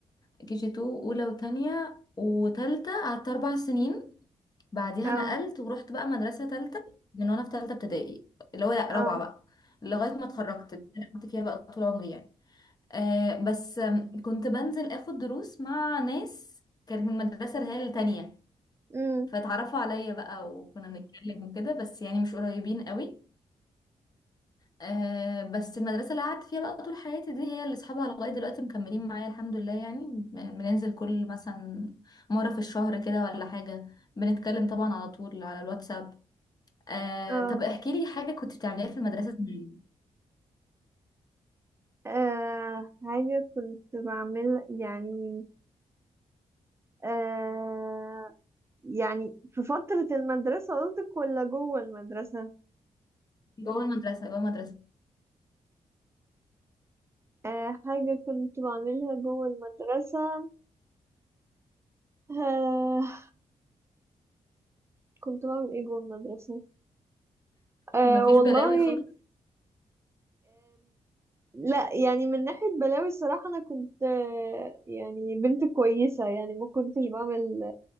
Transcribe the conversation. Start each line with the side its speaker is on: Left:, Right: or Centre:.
Left: كي جي 2 اولى وتانية وتالتة قعدت اربع سنين بعديها
Right: اه
Left: نقلت ورحت بقى مدرسه تالتة من وانا في تالتة ابتدائي اللي هو لأ،
Right: اه
Left: رابعه بقى لغايه ما اتخرجت اللي انا قعدت فيها بقى طول عمري يعني أه بس آم، كنت بنزل اخد دروس مع ناس كانت من المدرسه اللي هي التانية
Right: مم.
Left: فاتعرفوا عليا بقى وكنا بنتكلم وكده بس يعني مش قريبين قوي آه بس المدرسة اللي قعدت فيها بقى طول حياتي دي هي اللي اصحابها لغاية دلوقتي مكملين معايا الحمد لله يعني ب- بننزل كل مثلا مرة في الشهر كده ولا حاجة بنتكلم طبعا على طول على الواتساب آه
Right: اه
Left: طب احكي لي حاجة كنت بتعمليها في المدرسة زمان
Right: آه، حاجة كنت بعمل يعني آه يعني في فترة المدرسة قصدك ولا جوه المدرسة
Left: جوه المدرسة جوه المدرسة
Right: آه حاجة كنت بعملها جوه المدرسة آه كنت بعمل ايه جوه المدرسة آه
Left: مفيش
Right: والله
Left: بلاوي خالص
Right: لا يعني من ناحية بلاوي الصراحة أنا كنت آه، يعني بنت كويسة يعني ما كنتش بعمل